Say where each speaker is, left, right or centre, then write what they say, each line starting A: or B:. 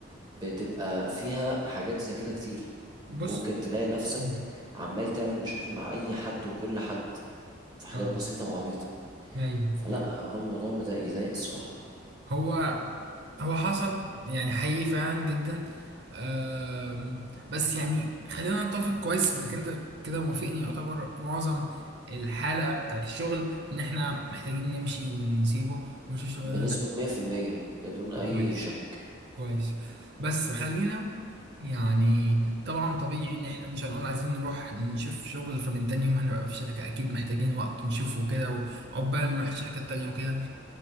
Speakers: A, on the right; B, on the right.
A: بتبقى فيها حاجات زي كده كتير
B: بص
A: ممكن تلاقي نفسك
B: مم.
A: عمال تعمل مشاكل مع اي حد وكل حد في حاجات
B: اه
A: بسيطة وعبيطة
B: ايوه
A: فلا
B: ايوه
A: هو الموضوع مضايق- يضايق الصراحة
B: هو هو حصل يعني حقيقي فعلا جدا أم، بس يعني خلينا نتفق كويس انك انت كده موافقني يعتبر معظم الحالة بتاعت الشغل ان احنا محتاجين نمشي ونسيبه ونشوف شغلنا
A: بنسبة 100% بدون أي
B: ده كويس
A: شك
B: كويس بس خلينا يعني طبعا طبيعي ان احنا مش هنقول عايزين نروح نشوف شغل فمن تاني يوم هنبقى في الشركة اكيد محتاجين وقت نشوفه كده وعقبال ما نروح الشركة التانية وكده